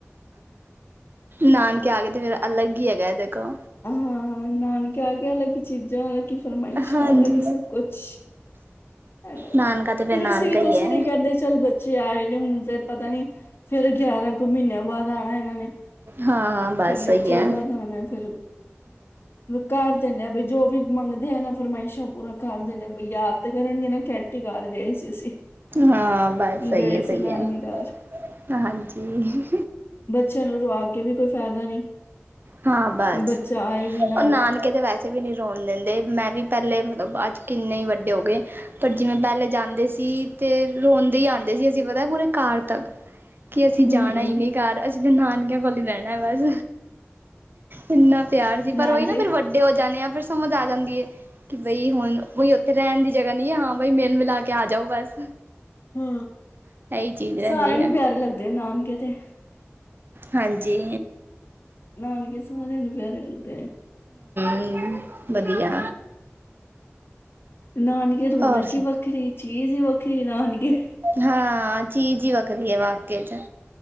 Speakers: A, on the right; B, on the left.
A: ਨਾਨਕੇ ਆ ਗਏ ਤੇ ਫੇਰਾ ਅਲੱਗ ਹੀ ਹੈਗਾ ਦੇਖੋ
B: ਹਾਂ ਨਾਨਕੇ ਆ ਕੇ ਅਲੱਗ ਚੀਜ਼ਾਂ ਅਲੱਗ ਕਿ ਫਰਮਾਇਸ਼ਾਂ
A: ਹਾਂਜੀ
B: ਵਾਲ ਕਿ ਸਭ ਕੁਛ ਹਨ ਦਾ
A: ਨਾਨਕਾ ਤੇ ਫਿਰ
B: ਫੇ
A: ਨਾਨਕਾ
B: <inaudible> ਰ ਅਸੀਂ ਵੀ ਕੁਛ
A: ਹੀ ਹੈ
B: ਨੀ ਕਹਿੰਦੇ ਚੱਲ ਬੱਚੇ ਆਏ ਨੇ ਹੁਣ ਫੇਰ ਪਤਾ ਨੀ ਫੇਰ ਗਿਆਰਾਂ ਕੁ ਮਹੀਨਿਆਂ ਬਾਦ ਆਣਾ ਇਹਨਾਂ ਨੇ
A: ਹਾਂ ਹਾਂ ਬਸ
B: ਕਿੰਨੇ
A: ਸਹੀ
B: ਕੁ ਚਿਰ
A: ਏ
B: ਬਾਅਦ ਆਣਾ ਫੇਰ। ਕਰ ਦਿੰਨੇ ਆ ਬਈ ਜੋ ਵੀ ਮੰਗਦੇ ਆ ਨਾ ਫਰਮਾਇਸ਼ਾਂ ਪੂਰਾ ਕਰ ਦਿੰਦੇ ਬਈ ਯਾਦ ਤੇ ਕਰਨਗੇ ਨਾ ਕੈਟੀ ਕਰ ਗਏ ਸੀ ਅਸੀਂ
A: ਹਾਂ ਬਸ ਸਹੀ
B: ਗਏ
A: ਹੈ ਸਹੀ
B: ਸੀ ਨਾਨੀ
A: ਹੈ
B: ਘਰ।
A: ਹਾਂਜੀ
B: ਚਨੋਗ <inaudible> ਅਗੇ ਵੀ ਕੋਈ ਫੈਦਾ ਨੀ
A: ਹਾਂ ਬਸ
B: ਬੱਚਾ ਆਏ ਵੀ
A: ਉਹ
B: ਨਾ
A: ਨਾਨਕੇ ਤੇ ਵੈਸੇ ਵੀ ਨੀ ਰੋਣ ਦਿੰ ਮੈਂ ਵੀ ਪਹਿਲੇ ਅੱਜ ਕਿੰਨੇ ਹੀ ਵੱਡੇ ਹੋ ਗਏ ਪਰ ਜਿਵੇਂ ਪਹਿਲੇ ਜਾਂਦੇ ਸੀ ਤੇ ਰੋਂਦੇ ਈ ਆਂਦੇ ਸੀ ਅਸੀਂ ਪਤਾ ਪੂਰੇ ਕਾਰ ਤੱਕ ਕਿ ਅਸੀਂ
B: ਹੂੰ,
A: ਜਾਣਾ ਈ ਨੀ ਘਰ ਅਸ ਨਾਨਕਿਆਂ ਕੋਲ ਈ ਰੈਣਾ ਬਸ ਇੰਨਾ ਤਿਆਰ ਸੀ ਪਰ
B: ਨਾਨਕੇ
A: ਉਹੀ ਨਾ ਫ਼ਿਰ ਵੱਡੇ ਹੋ ਜਾਨੇ ਆ ਫਿਰ ਸਮਝ ਆ ਜਾਂਦੀ ਏ ਕਿ ਬਈ ਹੁਣ ਉੱਥੇ ਰਹਿਣ ਦੀ ਜਗ੍ਹਾ ਨਹੀਂ ਏ ਹਾਂ ਬਈ ਮਿਲ ਮਿਲਾ ਕੇ ਆ ਜਾਓ ਬਸ
B: ਹੁ
A: ਇਹੀ ਚੀਜ਼ ਰਹਿੰਦੀ
B: ਸਾਰਿਆਂ ਨੂੰ
A: ਹੈ
B: ਪਿਆਰੇ ਲੱਗਦੇ ਨੇ ਨਾਨਕੇ ਤੇ
A: ਹਾਂਜੀ
B: ਨਾਨਕੇ ਸਾਰਿਆਂ ਨੂੰ ਪਿਆਰੇ ਲੱਗਦੇ ਨੇ
A: ਹੂੰ ਵਧੀਆ
B: ਨਾਨਕੇ ਰੌਣਕ
A: ਹੋਰ
B: ਹੀ ਵੱਖਰੀ ਚੀਜ਼ ਹੀ ਵੱਖਰੀ ਨਾਨਕੇ
A: ਹਾਂ! ਹਾਂ ਚੀਜ਼ ਹੀ ਵੱਖਰੀ ਹੈ, ਵਾਕਈ ਚ।